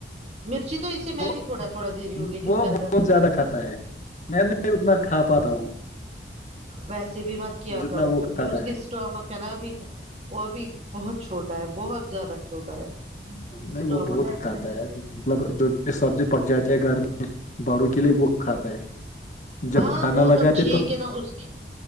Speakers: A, on the right; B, on the left.
A: مرچی تو اسے
B: وہ
A: میں بھی تھوڑا تھوڑا دے رہی ہوں لیکن
B: بہت
A: نہیں
B: زیادہ کھاتا ہے میں نہیں اتنا کھا پاتا ہوں
A: ویسے بھی مت کیا
B: جتنا
A: کروں
B: وہ
A: کیونکہ
B: کھاتا
A: اس
B: ہے
A: کی تم مت کہنا ابھی وہ ابھی بہت چھوٹا ہے بہت زیادہ چھوٹا ہے اسٹامک
B: نہیں وہ بہت کتا ہے مطلب جو بھی سبزی پک جاتی ہے گھر میں بڑوں کے لیے وہ کھاتا ہے جب
A: ہاں
B: کھانا
A: وہ
B: لگاتے
A: ٹھیک
B: تو
A: ہے نا اس کی